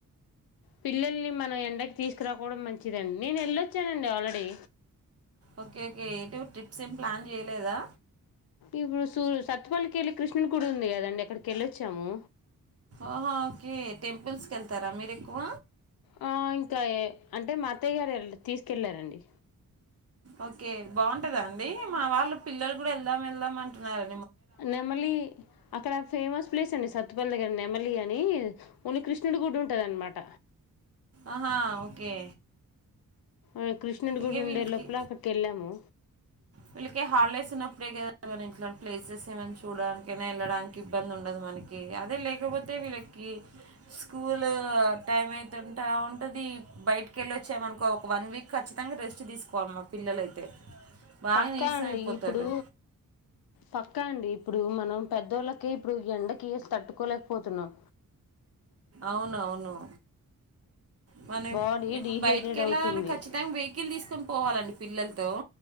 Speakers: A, on the left; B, on the right.
A: పిల్లల్ని మనం ఎండకి తీసుకురాకపోవడం మంచిదండి నేను వెళ్ళ వచ్చానండి ఆల్రెడీ
B: ఓకే ఓకే ఏటు ట్రిప్స్ ఏం ప్లాన్ చేయలేదా
A: ఇప్పుడు సూ సత్పల్లికి వెళ్ళి కృష్ణుని గుడి ఉంది కదా అండి అక్కడికి వెళ్ళొచ్చాము
B: ఆహా ఓకే టెంపుల్స్ కెళ్తారా మీరు ఎక్కువ
A: ఆ, ఇంకా అంటే మా అతయ్య గారు తీసుకెళ్ళారండి
B: ఓకే బాగున్ ఉంటదా అండి మా వాళ్ళు పిల్లలు కూడా వెళ్దాం వెళ్దాం అంటున్నారు
A: నెమలి అక్కడ ఫేమస్ ప్లేస్ అండి సత్పల్ దగ్గర నెమలి అని ఓన్లీ కృష్ణుడి గుడి ఉంటదన్నమాట
B: ఆహా ఓకే
A: ఆ కృష్ణుడి గుడి
B: ఇక
A: నుండే
B: వీళ్ళకి
A: లోపల అక్కడికి వెళ్ళాము
B: వీళ్ళకి హాలిడేస్ ఉన్నప్పుడే కదా మ ఇట్లాంటి ప్లేసెస్ ఏమైనా చూడానికినా వెళ్ళడానికి ఇబ్బంది ఉండదు మనకి అదే లేకపోతే వీళ్ళకి స్కూల్ టైం అయితే ఉంటా ఉంటుంది బయటికి వెళ్ళి వచ్చామనుకో ఒక వన్ వీక్ ఖచ్చితంగా రెస్ట్ తీసుకోవాలిమ్మా పిల్లలైతే బాగా
A: పక్కా
B: నీరసం
A: అండి
B: అయిపోతారు
A: ఇప్పుడు పక్కా అండి ఇప్పుడు మనం పెద్దోళ్ళకే ఇప్పుడు ఎండకియేసి తట్టుకోలేకపోతున్నాం
B: అవునవును మనం
A: బాడీ
B: ఇప్పుడు
A: డీహైడ్రేట్
B: బయటకి వెళ్ళాలని
A: అవుతుంది
B: ఖచ్చితంగా వెహికల్ తీసుకొని పోవాలండి పిల్లలతో